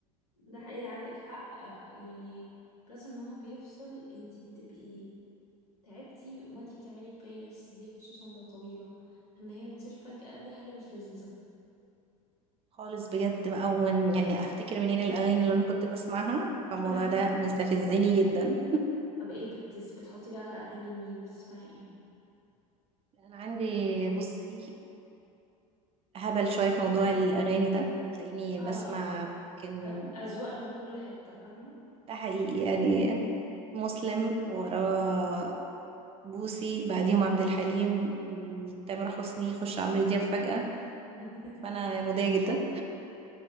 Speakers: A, on the left; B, on the right.
A: ده حقيقة عندك حق آه، يعني بلس ان هو بيفصل انتي بتبقي تعبتي وانتي بتعملي البلاي ليست دي خصوصا لو طويلة ان هي تطير فجأة دي حاجة مش لذيذة
B: خالص بجد بقى ومن يعني هفتكر منين الأغاني اللي أنا كنت بسمعها فالموضوع
A: <laughs>
B: ده مستفزني جدا
A: طب ايه بتس بتحطي بقى اغاني لمين بتسمعي ايه
B: أنا عندي بصي هبل شوية في موضوع الأغاني ده هتلاقيني
A: اه
B: بسمع ممكن
A: أ- اذواق من كل حتة فاهمة
B: ده حقيقي يعني مسلم وراه بوسي بعديهم عبد الحليم م، تامر حسني يخش عمرو دياب فجأة
A: <laughs>
B: فأنا مضايقة جدا